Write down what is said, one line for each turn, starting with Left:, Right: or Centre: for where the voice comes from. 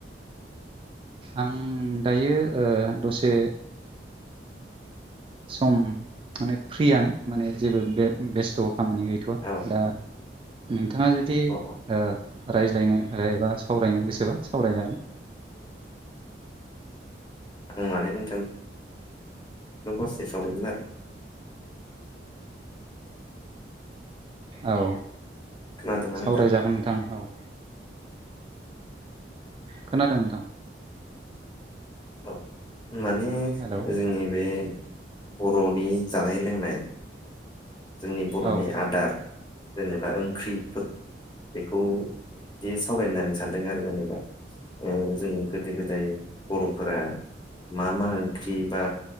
Right: आं दायो ओ दसे सम माने फ्रियानो माने जेबो बे बेस्थ' खामानि गैथ'वा
Left: औ
Right: दा नोंथाङा जुदि
Left: औ औ
Right: रायज्लायनो एबा सावरायनो गोसोबा सावराय जागोन।
Left: आं माने नोंथांखौ सोदोंमोन आरो।
Right: औ
Left: खोनादोंना
Right: सावराय
Left: नोंथां
Right: जागोन नोंथां औ। खोनादों नोंथां।
Left: औ माने
Right: हेलौ
Left: जोंनि बे बर'नि जानाय लोंनाय जोंनि बर'नि
Right: औ
Left: आदार जेनेबा ओंख्रिफोर बेखौ एसे सावरायनो होनांनो सानदों आरो जेनेबा जोंनि गोदो गोदाय फोर मा मा ओंख्रि बा